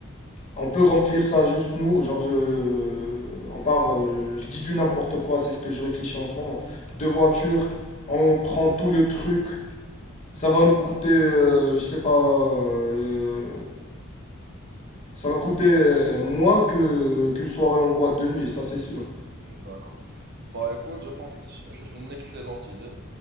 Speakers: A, on the left; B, on the right.
A: on peut remplir ça juste nous, genre euh, on part, euh, je dis du n'importe quoi, c'est ce que je réfléchis en ce moment. Deux voitures, on prend tout le truc, ça va nous coûter, euh, je sais pas, euh, ça va coûter euh, moins que qu'une soirée en boîte de nuit, ça c'est sûr.
B: mm, d'accord. Bah écoute, je pense que c'est c'est une excellente idée.